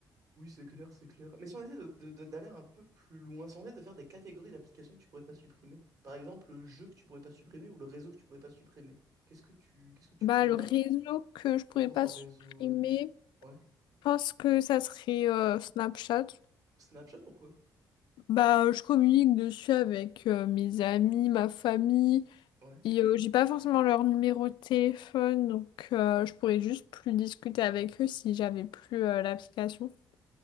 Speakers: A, on the right (about 50°); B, on the left (about 80°).
A: oui, c'est clair, c'est clair. Mais si on essaie de, de- de- d'aller un peu plus loin, si on essaie de faire des catégories d'applications que tu pourrais pas supprimer, par exemple le jeu que tu pourrais pas supprimer ou le réseau que tu pourrais pas supprimer, qu'est-ce que tu qu'est-ce que tu
B: Bah
A: pourrais
B: le
A: pas?
B: réseau que je
A: Si
B: pourrais
A: on commence
B: pas
A: en
B: supprimer,
A: réseau, euh, ouais.
B: je pense que ça serait euh, Snapchat.
A: Snapchat, pourquoi?
B: Bah, je communique dessus avec euh, mes amis, ma famille,
A: Ouais.
B: et euh, j'ai pas forcément leur numéro de téléphone, donc euh, je pourrais juste plus discuter avec eux si j'avais plus euh, l'application.